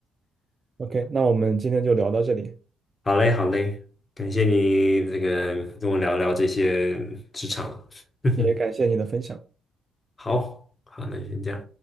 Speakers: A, on the right (about 35°); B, on the left (about 25°).
A: OK，那我们今天就聊到这里，
B: 好嘞好嘞，感谢你这个跟我聊聊这些职场。<laughs>
A: 也感谢你的分享。
B: 好好，那就先这样。